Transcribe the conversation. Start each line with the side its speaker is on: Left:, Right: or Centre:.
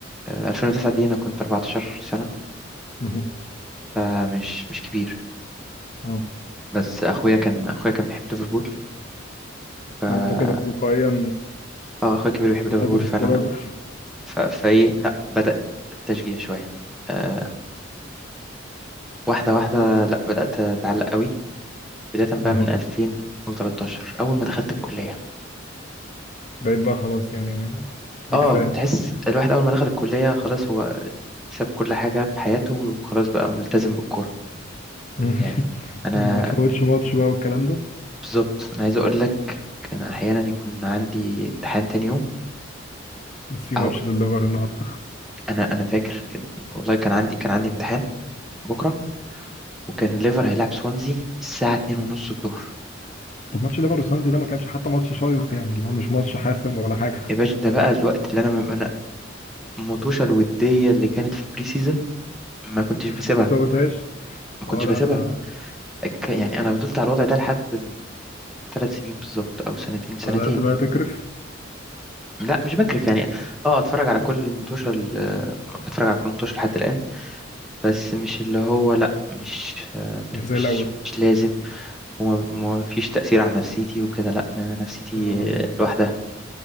Centre: آه، 2009 دي انا كنت 14 سنه
Left: مهم.
Centre: فمش مش كبير
Left: اه
Centre: بس اخويا كان اخويا كان بيحب ليفربول ف
Left: فانت كده تلقائيا
Centre: اه اخويا الكبير بيحب ليفربول
Left: بدأت تتفرج
Centre: فانا ف... فايه لا بدأ التشجيع شويه آه واحده واحده لا بدأت اتعلق قوي بدايه بقى
Left: اه
Centre: من 2013 اول ما دخلت الكليه
Left: بقيت بقى خلاص يعني بيج
Centre: اه
Left: فان
Centre: تحس الواحد اول ما دخل الكليه خلاص هو ساب كل حاجه في حياته وخلاص بقى ملتزم بالكوره
Left: <laughs>
Centre: يعني انا
Left: ما بتفوتش ماتش بقى والكلام ده
Centre: بالظبط انا عايز اقول لك كان احيانا يكون عندي امتحان تاني يوم
Left: بس في ماتش
Centre: او
Left: لليفر النهارده
Centre: انا انا فاكر كان والله كان عندي كان عندي امتحان بكره وكان ليفر هيلعب سوانزي الساعة 2 ونص الظهر
Left: طب ماتش ليفر وسانسي ده ما كانش حتى ماتش شيق يعني اللي هو مش ماتش حاسم ولا حاجه
Centre: يا باشا ده بقى الوقت اللي انا انا مطوشة الودية اللي كانت في البري سيزون ما كنتش بسيبها
Left: <laughs> ما فوتهاش
Centre: ما كنتش
Left: اه
Centre: بسيبها
Left: لا ده
Centre: ك- يعني انا فضلت على الوضع ده لحد من ثلاث سنين بالظبط او سنة من سنتين
Left: بدأت بقى تكرف
Centre: لا مش بكرف يعني اه اتفرج على كل مطوشة ال- بتفرج على كل مطوشة لحد الآن بس مش اللي هو لا مش آه،
Left: مش
Centre: مش
Left: زي الأول
Centre: مش لازم وما ما فيش تأثير على نفسيتي وكده لا أنا نفسيتي
Left: اه يعني
Centre: لوحدها